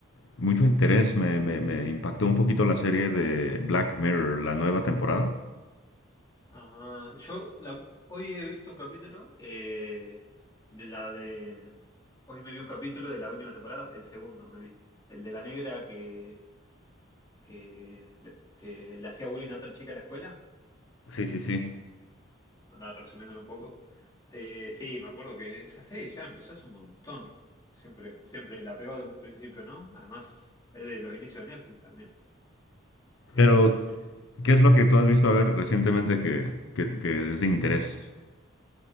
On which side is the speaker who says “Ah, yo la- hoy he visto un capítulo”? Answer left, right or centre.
Left